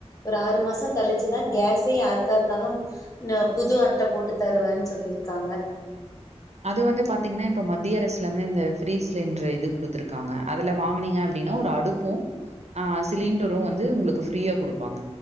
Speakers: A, on the left; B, on the right.
A: ஒரு ஆறு மாச கழி ச்சுதா கேஸே யாருக்கா இருந்தாலு புது அட்ட போட்டு தருவன் சொல்லிருக்காங்க <inaudible>
B: அது வந்து பாத்தீங்னா இப்ப மத்திய அரசுல இருந்து இந்த ஃப்ரீ சிலிண்டுரு இது குடுத்திருக்காங்க அதுல வாங்கனீங்க அப் ப்டினா ஒரு அடுப்பு ஆ சிலிண்டரு வந்து உங்களுக்கு ஃப்ரீயா குடுப்பாங்க